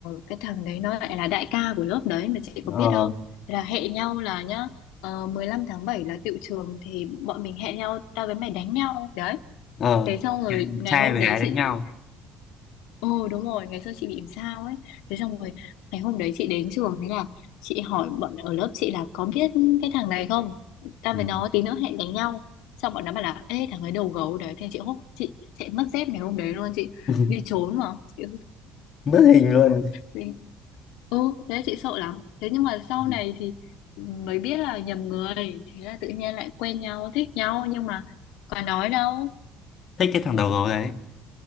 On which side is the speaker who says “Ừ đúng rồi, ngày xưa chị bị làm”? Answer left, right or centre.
Left